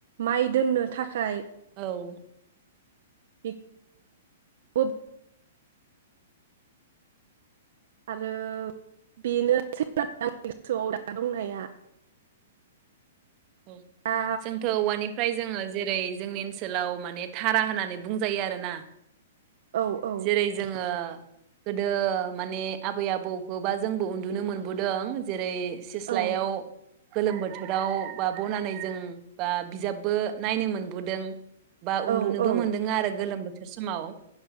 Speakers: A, on the right (about 65°); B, on the right (about 40°).
A: माइ दोननो थाखाय
B: औ
A: बि <unintelligible> आरो बेनो आंनि गोसोआव दा दंनाया
B: औ
A: दा
B: जोंथ' औवानि ओमफ्राय जोङो जेरै जोंनि ओनसोलाव माने धारा होननानै बुंजायो आरोना
A: औ औ
B: जेरै जोङो गोदो माने आबै आबौखौबा जोंबो उन्दुनो मोनबोदों जेरै सिस्लायाव
A: औ
B: गोलोम बोथोराव बा बनानै जों बा बिजाबबो नायनो मोनबोदों। बा उन्दुनोबो
A: औ औ
B: मोनदों आरो गोलोम बो थोर समाव।